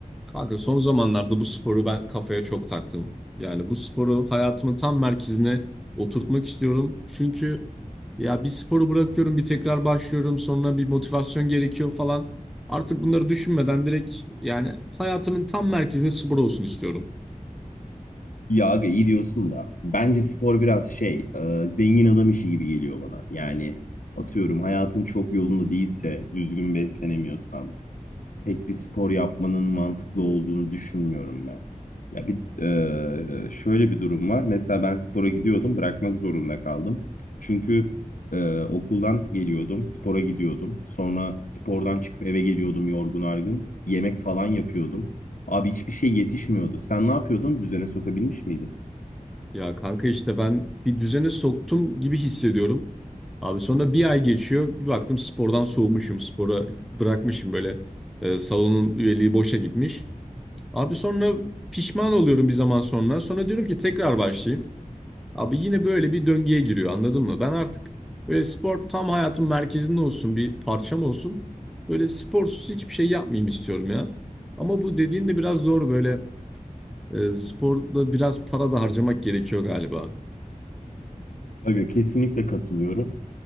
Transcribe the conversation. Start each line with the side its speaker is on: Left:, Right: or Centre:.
Centre: Kanka son zamanlarda bu sporu ben kafaya çok taktım. Yani bu sporu hayatımın tam merkezine oturtmak istiyorum. Çünkü ya bir sporu bırakıyorum, bir tekrar başlıyorum, sonra bir motivasyon gerekiyor falan. Artık bunları düşünmeden direkt yani hayatımın tam merkezine spor olsun istiyorum.
Left: Ya aga iyi diyorsun da bence spor biraz şey e, zengin adam işi gibi geliyor bana. Yani atıyorum hayatın çok yolunda değilse düzgün beslenemiyorsan pek bir spor yapmanın mantıklı olduğunu düşünmüyorum ben. Ya bir e, şöyle bir durum var. Mesela ben spora gidiyordum bırakmak zorunda kaldım. Çünkü e, okuldan geliyordum spora gidiyordum. Sonra spordan çıkıp eve geliyordum yorgun argın. Yemek falan yapıyordum. Abi hiçbir şey yetişmiyordu. Sen ne yapıyordun? Düzene sokabilmiş miydin?
Centre: Ya kanka işte ben bir düzene soktum gibi hissediyorum. Abi sonra bir ay geçiyor, bir baktım spordan soğumuşum, spora bırakmışım böyle e, salonun üyeliği boşa gitmiş. Abi sonra pişman oluyorum bir zaman sonra. Sonra diyorum ki tekrar başlayayım. Abi yine böyle bir döngüye giriyor anladın mı? Ben artık böyle spor tam hayatın merkezinde olsun bir parçam olsun. Böyle sporsuz hiçbir şey yapmayayım istiyorum ya. Ama bu dediğin de biraz doğru böyle e, sporda biraz para da harcamak gerekiyor galiba.
Left: Aga, kesinlikle katılıyorum.